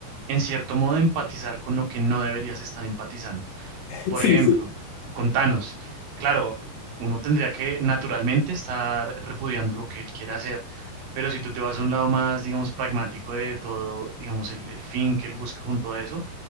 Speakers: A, on the right; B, on the left.
A: en cierto modo, empatizar con lo que no deberías estar empatizando.
B: <laughs>
A: Por
B: Sí,
A: ejemplo,
B: sí,
A: contanos claro, uno tendría que naturalmente estar repudiando lo que él quiere hacer, pero si tú te vas a un lado más, digamos, pragmático de todo, digamos, el, el fin que él busca con todo eso,